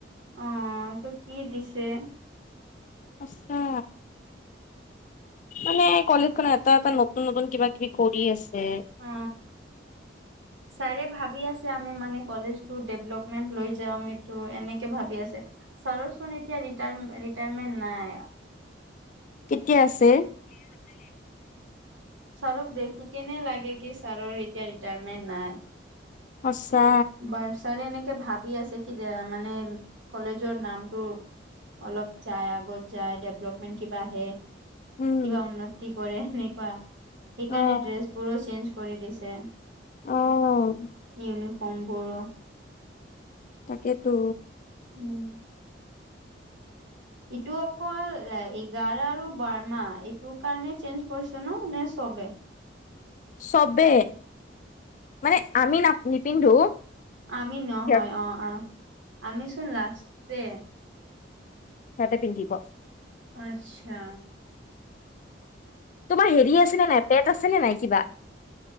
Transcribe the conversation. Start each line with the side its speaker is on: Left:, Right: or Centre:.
Right: অ এইটো কি দিছে
Left: আছা মানে কলেজখন এটা এটা নতুন নতুন কিবা কিবি কৰি আছে
Right: অ ছাৰে ভাবি আছে আমি মানে কলেজ ডভলপমেন্ট ল যাওঁ এনেকে ভাবি আছে চৰোনী এতিয়া ৰিটায়াৰমেণ্ট নাই
Left: কেতিয়া আছে
Right: ছাৰক দেখি কেনে লাগে কি ছাৰৰ এতিয়া ৰিটায়াৰমেন্ট নাই
Left: আচ্ছা
Right: বাট ছাৰে এনেকে ভাবি আছে কি মানে কলেজৰ নামটো অলপ যায় আগত যায় ডেভলপমেন্ট কিবা আহে
Left: উম
Right: কিবা উন্নতি কৰে এনেকুৱা সেইকাৰণে
Left: অ'।
Right: ড্ৰেছ বোৰো চেঞ্জ কৰি দিছে
Left: অ'
Right: ইউনিফৰ্ম বোৰো
Left: তাকেতো,
Right: উম, ইটো অকল এ এঘাৰ আৰু বাৰ মাহ এইটোৰ কাৰণে চেঞ্জ পৰিছে ন নে চবে
Left: চবে মানে আমি ন নিপিন্ধো
Right: আমি নহয়
Left: সিহঁত
Right: অ, অ, আমিচোন লাষ্টে
Left: চতে পি <unintelligible>
Right: আচ্ছা,
Left: তোমাৰ হেৰি আছে নে নাই পেট আছে নে নাই কিবা